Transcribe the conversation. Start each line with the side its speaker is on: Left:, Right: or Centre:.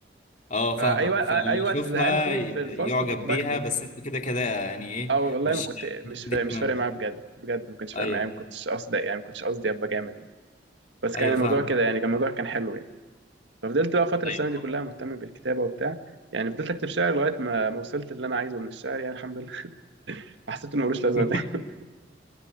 Left: اه فاهمك
Right: فاي وقت
Left: فاللي
Right: اي وقت
Left: يشوفها
Right: زهقان فيه
Left: ي-
Right: في الفصل
Left: يعجب
Right: كنت بكتب
Left: بيها بس انت كده كده يعني ايه
Right: اه والله
Left: مش
Right: ما كنت مش فا...
Left: كده
Right: مش
Left: كمان
Right: فارق معايا بجد بجد ما كانش فارق
Left: ايوه
Right: معايا ما كنتش قصدي يعني ما كنتش قصدي ابقى جامد يعني بس كان
Left: ايوه
Right: الموضوع
Left: فاهم
Right: كده يعني كان الموضوع كان حلو يعني ففضلت بقى فترة
Left: ايوه
Right: السنة دي كلها مهتم بالكتابة وبتاع يعني فضلت أكتب شعر لغاية ما ما وصلت اللي أنا عايزه من الشعر يعني الحمد لله <laughs> حسيت إنه ملوش لازمة
Left: <laughs>
Right: تاني <laughs>